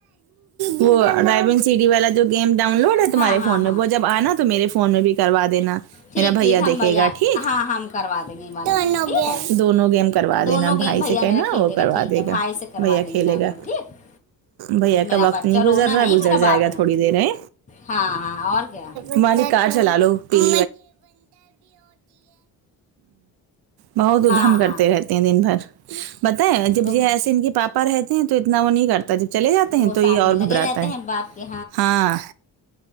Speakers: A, on the right; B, on the left.
A: وہ ڈرائیبن سی ڈی والا جو گیم ڈاؤن لوڈ ہے تمہارے
B: ہاں ہاں
A: فون میں
B: ہاں
A: وہ جب آنا تو میرے فون میں بھی کروا دینا
B: ٹھیک
A: میرا
B: ٹھیک
A: بھیا
B: ہم
A: دیکھے گا ٹھیک
B: ہاں ہم کروا دیں گے یہ والا
A: دونوں
B: ٹھیک
A: گیم
B: ہے
A: دونوں گیم کا کروا
B: دونوں
A: دینا
B: گیم
A: بھائی
B: بھیا
A: سے کہ
B: میرا
A: نا
B: کھیلے
A: وہ
B: گا
A: کروا
B: ٹھیک
A: دے
B: ہے
A: گا
B: بھائی سے کروا
A: بھیا
B: دیں
A: کھیلے
B: گے ڈاؤن
A: گا
B: لوڈ ٹھیک
A: بھیا کا
B: میرا
A: وقت
B: بچہ
A: نہیں گزر
B: رونا
A: رہا
B: نہیں
A: گزر
B: میرا
A: جائے
B: بابو
A: گا تھوڑی دیر ہے
B: ہاں ہاں اور کیا
A: ممی کار چلا لو ب بہت ادھم
B: ہاں
A: کرتے
B: ہاں
A: رہتے ہیں دن بھر بتائیں
B: اس
A: جب
B: کو
A: یہ ایسے ان کی پاپا رہتے ہیں تو اتنا وہ نہیں کرتا جب چلے جاتے
B: وہ
A: ہیں تو
B: ساتھ
A: یہ اور
B: میں لگے
A: گھبراتا
B: رہتے
A: ہے
B: ہیں باپ کے
A: ہاں